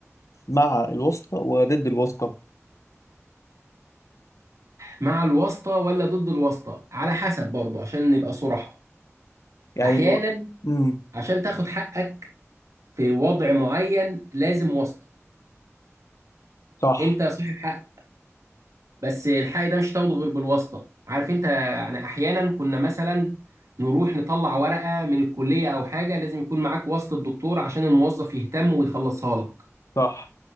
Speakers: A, on the left; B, on the right.
A: مع الواسطه وضد الواسطه
B: مع الواسطه ولا ضد الواسطه على حسب برضه عشان نبقى صراحه
A: يعني
B: احيانا
A: الو... امم
B: عشان تاخد حقك في وضع معين لازم واسطه
A: صح
B: انت صاحب حق بس الحق ده مش هتاخده غير بالواسطه عارف انت يعني احيانا كنا مثلا نروح نطلع ورقه من الكليه او حاجه لازم يكون معاك واسطه الدكتور عشان الموظف يهتم ويخلصها لك
A: صح